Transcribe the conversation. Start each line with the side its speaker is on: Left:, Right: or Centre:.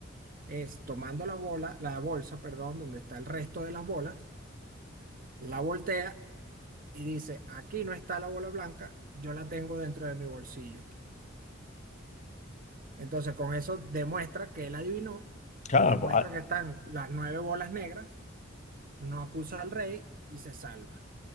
Right: es tomando la bola, la bolsa, perdón, donde está el resto de las bolas, la voltea y dice, aquí no está la bola blanca, yo la tengo dentro de mi bolsillo. Entonces, con eso demuestra que él adivinó,
Left: claro.
Right: demuestra
Left: pues, a-
Right: que están las nueve bolas negras, no acusa al rey y se salva.